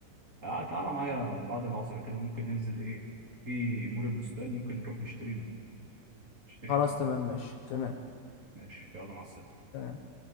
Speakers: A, on the right; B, on the left.
A: آه، تعالى معايا بعد العصر كده ممكن ننزل ايه في مول البستان ممكن نروح نشتري منه نشتري
B: خلاص تمام ماشي تمام
A: ماشي يلا مع السلامة
B: تمام